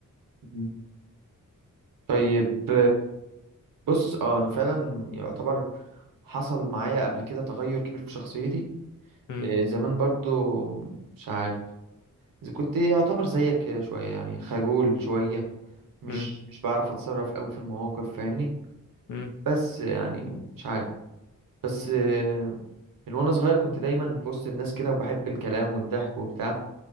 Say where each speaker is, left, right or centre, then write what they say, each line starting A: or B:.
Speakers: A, on the right (about 80°); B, on the left (about 65°).
A: مم. طيب بص اه انا فعلا يعتبر حصل معايا قبل كده تغير كبير في شخصيتي
B: مم،
A: آه، زمان برضو مش عارف إذا كنت يعتبر زيك كده شوية يعني خجول شوية مش
B: مم،
A: مش بعرف اتصرف قوي في المواقف فاهمني
B: مم،
A: بس يعني مش عارف بس آه، من وانا صغير كنت دايما في وسط الناس كده وبحب الكلام والضحك وبتاع